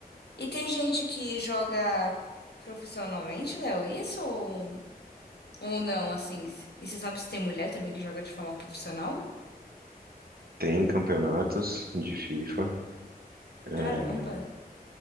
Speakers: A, on the left (about 85°); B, on the right (about 70°).
A: E tem gente que joga profissionalmente, Léo, isso ou, ou não, assim? E você sabe se tem mulher também que joga de forma profissional?
B: Tem campeonatos de FIFA. é,
A: Caramba.